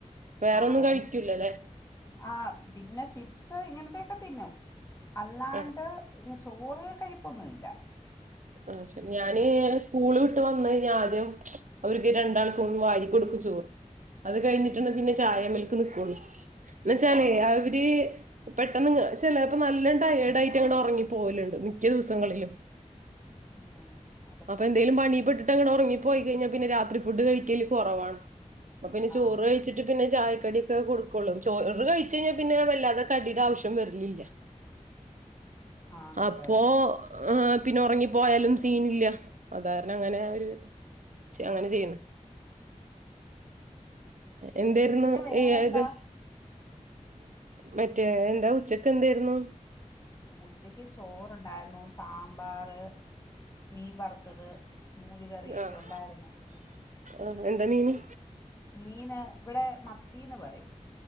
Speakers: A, on the right; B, on the left.
A: വേറൊന്നും
B: ആഹ്
A: കഴിക്കൂലല്ലേ?
B: എൻ ആഹ് പിന്നെ ചിപ്സ് ഇങ്ങനത്തെയൊക്കെ തിന്നും അല്ലാണ്ട്
A: ആഹ്
B: ചോറ് കഴിപ്പൊന്നുവില്ല
A: അഹ് ശരി ഞാന് സ്കൂള് വിട്ട് വന്ന് കഴിഞ്ഞാ ആദ്യം അവർക്ക് രണ്ടാൾക്കും ഒന്ന് വാരി കൊടുക്കും ചോറ് അത് കഴിഞ്ഞിട്ടാണ്
B: ഉം
A: പിന്നെ ചായേമൽക്ക് നിക്കൊള്ളു എന്ന് വെച്ചാലെ
B: ഉം
A: അവര് ര് പെട്ടെന്ന് ചെലേപ്പോ നല്ലോം ടയേഡായിട്ട് അങ്ങട്ട് ഒറങ്ങി പോകല്ണ്ട് മിക്ക ദിവസങ്ങളിലും
B: ആഹ്
A: അപ്പൊ എന്തേലും പണിപ്പെട്ടിട്ടങ്ങട്ട് ഒറങ്ങിപ്പോയി കഴിഞ്ഞാ പിന്നെ രാത്രി ഫുഡ് കഴിക്കല് കൊറവാണ് അപ്പൊ പിന്നെ ചോറ്
B: ആഹ്
A: കഴിച്ച് ട്ട് പിന്നെ ചായക്കടിയൊക്കെ കൊടുക്കൊള്ളൂ ചോറ് കഴിച്ച് കഴിഞ്ഞാ പിന്നെ വല്ലാതെ കടിയുടെ ആവിശ്യം വര്ലില്ല
B: ആണല്ലേ
A: അപ്പോ ആഹ് പിന്നെ ഒറങ്ങിപ്പോയാലും സീനില്ല അത് കാരണം അങ്ങനെ ഒരു
B: ആഹ്
A: അങ്ങനെ ചെയ്യ്ന്നെ എന്തേരുന്നു
B: പിന്നെ വേറെന്താ
A: ഇയായത്? മറ്റേ എന്താ ഉച്ചക്കെന്തേരുന്നു?
B: ഉച്ചക്ക് ചോർണ്ടായിരുന്നു സാമ്പാറ്, മീൻ വറുത്തത് മൂര് കറിയൊക്കെ
A: ആഹ്
B: ഉണ്ടായിരുന്നു
A: ആഹ് എന്താ മീന്?
B: മീന് ഇവടെ മത്തീന്ന് പറയും